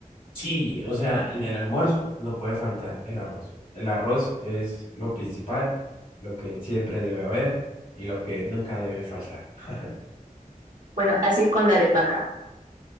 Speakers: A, on the left; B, on the right.
A: Sí, o sea, en el almuerzo no puede faltar el arroz. El arroz es lo principal, lo que siempre debe haber y lo que nunca debe faltar. <laughs>
B: Bueno, así es con la arepa acá.